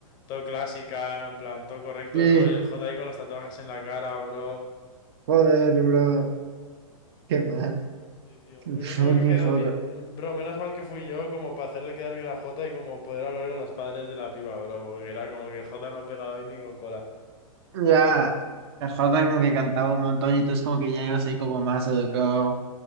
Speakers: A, on the left; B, on the right.
A: todo clásica, en plan, todo correctos,
B: Sí.
A: bro, y el Jota ahí con los tatuajes en la cara, bro.
B: Joder, bro. Qué mal.
A: Sí,
B: <laughs>
A: tío.
B: Qué
A: El
B: fucking
A: único que quedó
B: jota,
A: bien. em, Bro, menos mal que fui yo, como para hacerle quedar bien a Jota y como poder hablar con los padres de la piba, bro. Porque era como que Jota no pegaba ahí ni con cola.
B: Ya. El Jota como que cantaba un montón y tú es como que ya ibas ahí como más educado.